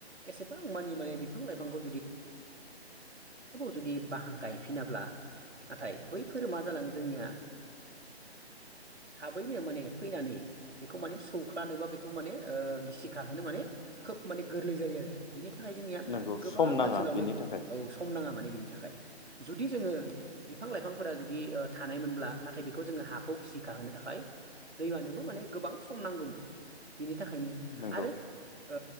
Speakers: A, on the right; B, on the left.
A: एसेबां मानि मानिे बिफां लाइफांखौ ज बाहा गायफिनाब्ला नाथाय थाबैनो माने फैनानै बेखौ माने सौख्लानो बा बेखौ माने गिसिखाहोनो माने खोब माने गोरलै जायो आरो बिनि थाखाय जोंनिया
B: नंगौ
A: गोबां
B: सम नाङा
A: ओनसोलावनो
B: बेनि थाखाय
A: औ सम नाङा माने बि थाखाय जुदि जोङो बिफां लाइफांफोरा जुदि थानायमोनब्ला नाथाय बेखौ जोङो हाखौ गिसि बाहोनो थाखाय दैमानोबो माने गोबां सम नांगौमोन बिनि थाखायनो
B: नंगौ
A: आरो ओ